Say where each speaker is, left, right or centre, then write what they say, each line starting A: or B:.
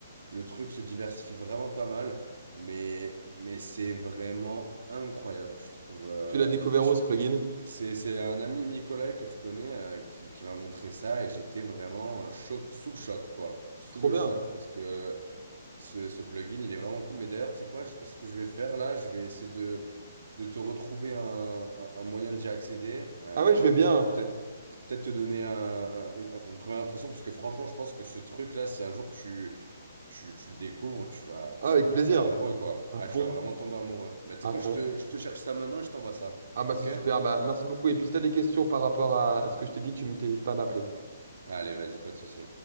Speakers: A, on the right; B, on the right.
A: le truc se diversifie vraiment pas mal. Mais, mais c'est vraiment incroyable, je trouve. Euh,
B: Tu l'as découvert
A: je-
B: où ce plugin?
A: c'est, c'est un ami Nicolas que tu connais euh, qui, qui m'a montré ça et j'étais vraiment euh, choc, sous le choc, quoi. Sous
B: Trop
A: le
B: bien.
A: choc parce que ce, ce plugin, il est vraiment cool. Mais d'ailleurs, tu sais quoi, je- ce que je vais faire là, je vais essayer de, de te retrouver un, un, un moyen d'y accéder, euh,
B: Ah ouais, je vais bien.
A: de te- peut-être peut-être te donner un, un- une une première impression parce que franchement, je pense que ce truc-là, si un jour tu, tu, tu le découvres, tu vas,
B: Ah,
A: tu
B: avec
A: vas
B: plaisir.
A: tomber amoureux, quoi.
B: À
A: Ah,
B: fond,
A: tu vas vraiment tomber amoureux. Bah, tu
B: à
A: sais quoi,
B: fond.
A: je te, je te cherche ça maintenant et je t'envoie ça.
B: Ah bah
A: Ok?
B: c'est super. Bah, merci beaucoup. Et puis si t'as des questions par rapport à, à ce que je t'ai dit, tu ne t'hésites pas à m'appeler.
A: Allez, vas-y, pas de souci.